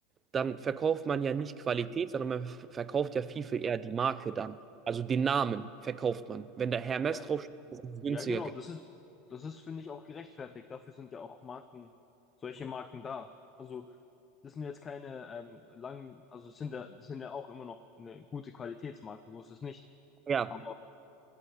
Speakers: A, on the right (about 30°); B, on the left (about 25°).
A: dann verkauft man ja nicht Qualität, sondern man ver- verkauft ja viel, viel eher die Marke dann. Also den Namen verkauft man. Wenn da Hermes
B: Ja,
A: draufsteht,
B: das,
A: ist es günstiger.
B: Ja, genau, das, ist, das ist, finde ich, auch gerechtfertigt. Dafür sind ja auch Marken, solche Marken da. Also das sind jetzt keine ähm, langen, also es sind ja, es sind ja auch immer noch eine gute Qualitätsmarken, so ist es nicht.
A: Ja,
B: Aber